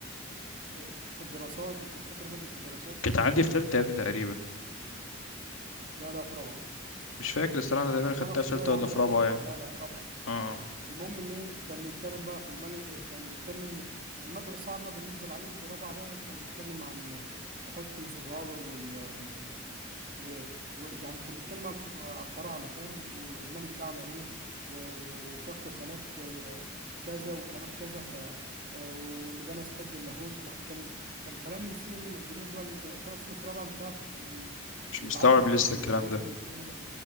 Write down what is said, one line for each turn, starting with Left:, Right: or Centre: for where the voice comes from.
Right: آه، الدراسات مش فاكر مادة الدراسات
Left: كانت عندي في تالتة يا ابني تقريبا
Right: لا لا في رابعة
Left: مش فاكر الصراحه انا تقريبا
Right: في
Left: خدتها
Right: رابعة ابتدائي
Left: في تالتة
Right: يا
Left: ولا
Right: عم
Left: في
Right: أنا
Left: رابعه
Right: فاكر
Left: يعني
Right: لا لا رابعة
Left: اه
Right: المهم إن إيه كان بيتكلم بقى في الملك كان بيتكلم كان مادة صعبة بالنسبة للعيل في رابعة بقى كان بيتكلم عن تحتمس الرابع وال و- ويعني كان بيتكلم على الف- على الفراعنه فاهم والملك ده عمل ايه و- و- وشق قناه آه، كذا وقناه كذا ف آه، واللي بنى سد اللاهون يعني كان كان كلام فيه م- بالنسبه لطفل في رابعه مش عارف ي-
Left: مش
Right: يتعمق
Left: مستوعب لسه
Right: و-
Left: الكلام
Right: ويفهم
Left: ده
Right: الكلام ده